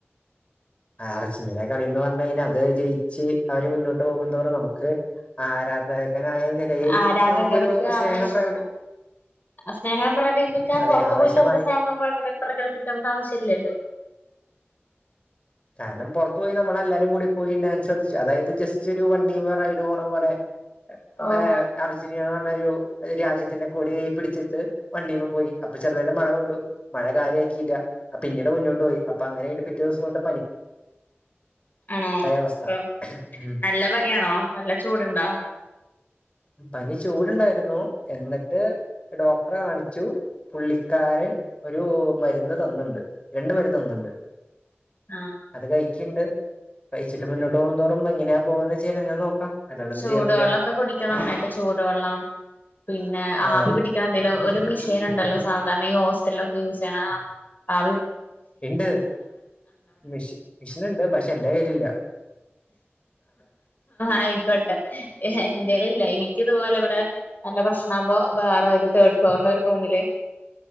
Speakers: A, on the left; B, on the left.
A: അർജഡിനാ കളി എന്ന് പറഞ്ഞു കഴിഞ്ഞാൽ അത് ജയിച്ച് അവര് മുന്നോട്ട് പോകുതോറും നമ്മുക്ക് ആരാധകനായ നിലയിൽ
B: ആരാധകർക്ക്
A: നമുക്കൊരു സ്നേഹം
B: ആവേശം
A: പ്രകടി
B: സ്നേഹം പ്രകടിപ്പിക്കാൻ
A: അതെ
B: പുറത്തു
A: ആവശ്യമായി
B: പോയിട്ട് എന്ത് സ്നേഹം പ്രകടി പ്രകടിപ്പിക്കണം ആവശ്യ ഇല്ലല്ലോ
A: കാരണം പുറത്തു പോയി നമ്മളെല്ലാരും കൂടി പോയി ഡാൻസ് കളിച്ചു അതായത് ജസ്റ്റ് ഒരു വണ്ടിയുമ്പോ റൈഡ് പോണ പോലെ
B: ഓഹ്
A: ഏ അർജന്റീന പറഞ്ഞ ഒരു ഒരു രാജ്യത്തിനെ കൊടി കൈ പിടിച്ചിട്ട് വണ്ടിമ്മ പോയി അപ്പൊ ചെറുതായിട്ട് മഴ കൊണ്ടു മഴ കാര്യ ആക്കിയില്ല അപ്പ പിന്നീട് മുന്നോട്ട് പോയി അപ്പൊ അങ്ങനെയ ആയിട്ട് പിറ്റേ ദിവസംട്ട്
B: ആണോ
A: അവസ്ഥ
B: ഇപ്പൊ
A: ഉം
B: നല്ല പനിയാണോ നല്ല ചൂടുണ്ടോ
A: പനി ചൂടുണ്ടായിരുന്നു എന്നിട്ട് ഡോക്ടറെ കാണിച്ചു പുള്ളിക്കാരൻ ഒരു മരുന്ന് തന്നിണ്ട് രണ്ട് മരന്ന് തന്നുണ്ട്
B: ആഹ്
A: അത് കഴി ണ്ട് കഴിച്ചിട്ട് മുന്നോട്ട് പോകുതോറും എങ്ങനെയാ പോകന്ന് വ ചെയ്യാ നോക്കാം അല്ലാണ്ട് എന്ത്
B: ചൂട്
A: ചെയ്യാൻ പറ്റാ
B: വെള്ളൊക്കെ കുടിക്കുന്ന ചൂട് വെള്ളം പിന്നെ
A: ആ
B: ആവി പിടിക്കാൻ എന്തെല ഒരു മിഷൻ ണ്ടല്ലോ സാധാരണ ഈ ഹോസ്പിറ്റലിലൊക്കെ യൂസ് ചെയ്യ ആ
A: ഇണ്ട് മിഷി മിഷിനുണ്ട് പക്ഷെ എന്റെ കയില്ലില
B: ആയിക്കോട്ടെ ട്ടേ എന്റെലില്ല എനിക്കിത് പോലെ ഇവിടെ നല്ല പ്രശ്നമാകുമ്പോ വേറെത് തേർഡ് ഫ്ലോറില ഒരു റൂമില്